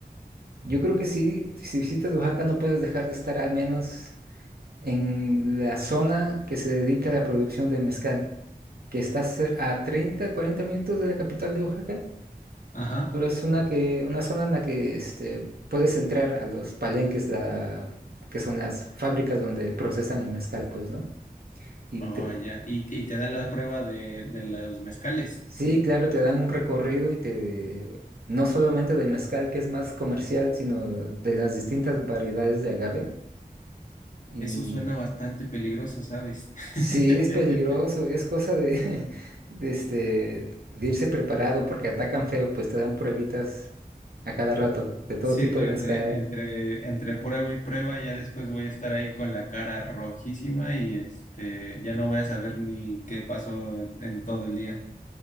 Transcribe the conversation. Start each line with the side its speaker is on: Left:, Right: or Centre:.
Right: Yo creo que sí, si visitas Oaxaca no puedes dejar de estar al menos en la zona que se dedica a la producción de mezcal, que está cer- a 30 40 minutos de la capital de Oaxaca,
Left: Ajá.
Right: pero es una que, una zona en la que este, puedes entrar a los palenques, la, que son las fábricas donde procesan el mezcal, pues, ¿no? Y
Left: Oh,
Right: te,
Left: ya. Y, y te dan la prueba de, de los mezcales.
Right: sí, claro, te dan un recorrido y te, no solamente del mezcal que es más comercial, sino de las distintas variedades de agave. Y
Left: Eso suena bastante peligroso, ¿sabes?
Right: Sí,
Left: <laughs>
Right: es peligroso, es cosa de, <laughs> de, este, de irse preparado porque atacan feo, pues te dan pruebitas a cada rato de todo
Left: Sí,
Right: tipo
Left: no,
Right: de mezcal.
Left: entre, entre, entre prueba y prueba, ya después voy a estar ahí con la cara rojísima y este, ya no voy a saber ni qué pasó en todo el día.